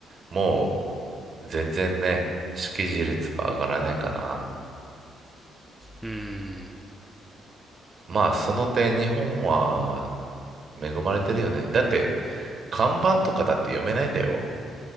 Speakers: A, on the right; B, in the centre.
A: もう、全然ね、識字率は上がらないかな。
B: うーん。
A: まあ、その点、日本は恵まれてるよね。だって、看板とかだって読めないんだよ。